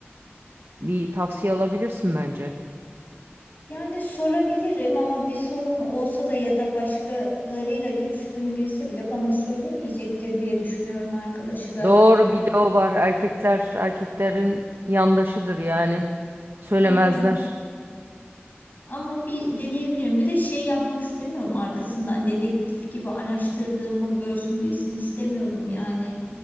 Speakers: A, on the right; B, on the left.
A: bir tavsiye alabilirsin bence.
B: yani sorabilirim ama bir sorun olsa da ya da başkalarıyla görüştüğünü bilse bile bana söylemeyecektir diye düşünüyorum arkadaşı da
A: Doğru bir de o var. Erkekler erkeklerin yandaşıdır yani. Söylemezler.
B: aynen ama bir deneyebilirim bir de şey yapmak istemiyorum arkasından dedektif gibi araştırdığımı görsün bilsin istemiyorum yani